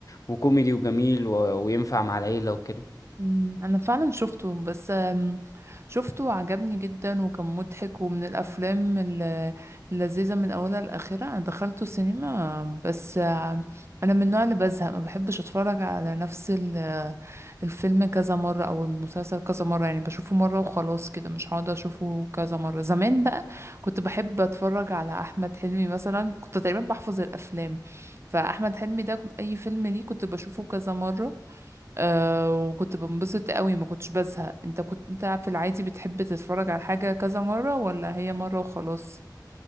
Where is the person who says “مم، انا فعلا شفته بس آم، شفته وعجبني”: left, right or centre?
Right